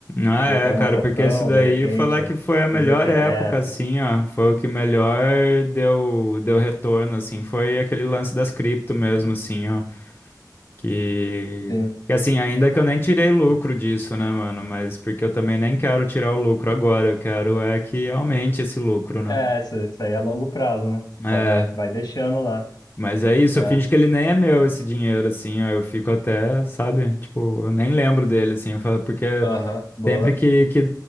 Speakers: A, on the left; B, on the left.
A: Ah,
B: e
A: é,
B: até umas
A: cara,
B: ações,
A: porque isso daí,
B: de repente,
A: falar que foi a melhor
B: uns ETF.
A: época, assim, ó, foi o que melhor deu, deu retorno, assim, foi aquele lance das cripto mesmo, assim, ó. Que,
B: Sim.
A: que assim, ainda que eu nem tirei lucro disso, né, mano? Mas porque eu também nem quero tirar o lucro agora, eu quero é que aumente esse lucro, né?
B: É, isso, isso aí é a longo prazo, né?
A: É,
B: Só vai, vai deixando lá.
A: mas é isso,
B: É,
A: eu finjo que ele nem é meu esse dinheiro, assim, ó, eu fico até, sabe? Tipo, eu nem lembro dele, assim, eu falo, porque
B: aham, boa.
A: Sempre que, que